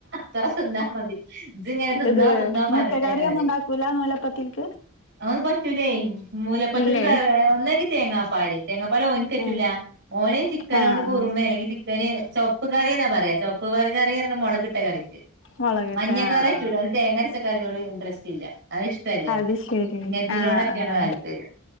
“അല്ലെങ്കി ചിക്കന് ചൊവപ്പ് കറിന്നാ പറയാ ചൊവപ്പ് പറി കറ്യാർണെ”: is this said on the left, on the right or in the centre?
Right